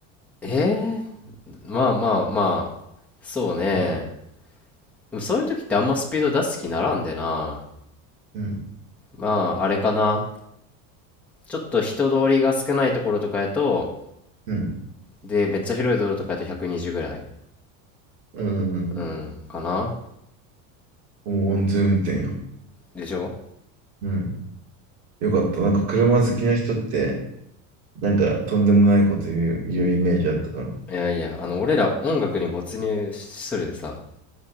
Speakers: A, in the centre; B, on the right (about 70°).
A: えー、まあまあまあ、そうね。
B: うん。
A: でもそういう時ってあんまスピード出す気ならんでな。
B: うん。
A: まあ、あれかな。ちょっと人通りが少ないところとかやと、
B: うん。
A: で、めっちゃ広い道路とかやと120ぐらい
B: うん。
A: うん、かな
B: お安全運転よ。
A: でしょ
B: うん。よかった。なんか車好きな人って、なんかとんでもないこと言う、言うイメージあったから。
A: いやいや、あの、俺ら音楽に没入するでさ、